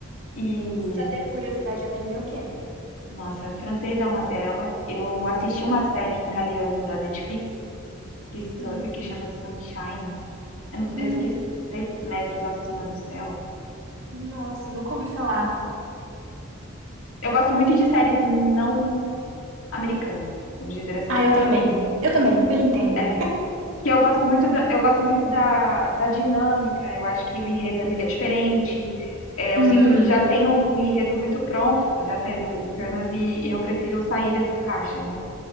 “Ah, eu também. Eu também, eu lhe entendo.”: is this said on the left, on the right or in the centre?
Right